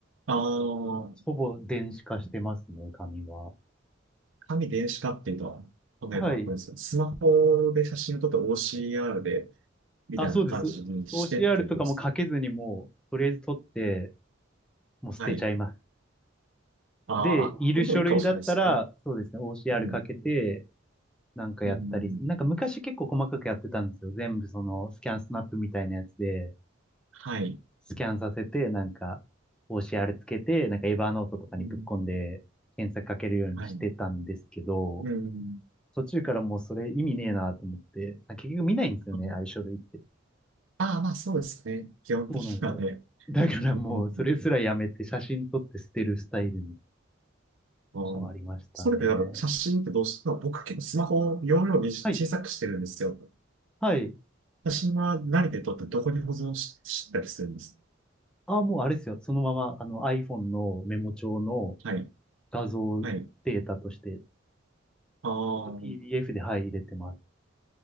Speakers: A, on the right; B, in the centre.
A: あの、
B: ほぼ電子化してますね、紙は。
A: 紙電子化っていうと、例えば、
B: はい。
A: これですね、スマホで写真を撮って OCR で、みたいな感じにしてっていう感じですね。
B: あ、そうです。OCR とかも書けずにもう、とりあえず取って、もう捨てちゃいます。
A: はい。ああ、
B: で、いる書類だったら、
A: でもいいかもしれないですね。
B: そうですね、OCR
A: うん。
B: かけて、なんかやったり、
A: うん。
B: なんか昔結構細かくやってたんですよ。全部その、スキャンスナップみたいなやつで。
A: はい。
B: スキャンさせて、なんか、OCR つけて、なんかエヴァーノートとかにぶっ込んで、
A: うん。
B: 検索かけるようにしてたんですけど、
A: はい。うん。
B: 途中からもうそれ意味ねえなと思って、あ結局見ないんですよね、
A: はい
B: 相あ書類って。
A: ああ、まあそうですね。基本的にはね。
B: そうなんですよ。だからもう、
A: うん
B: それすらやめて、写真撮って捨てるスタイルに
A: うん。
B: 変わりましたね。
A: それでなんか写真ってどうしても僕結構スマホを容量に小さくしてるんですよ。
B: はい。はい。
A: 写真は何で撮ってどこに保存し、したりするんです
B: あ、もうあれですよ。そのまま、あの iPhone のメモ帳の
A: はい。
B: 画像データとして、
A: はい。ああ、
B: PDF で、はい、入れてます。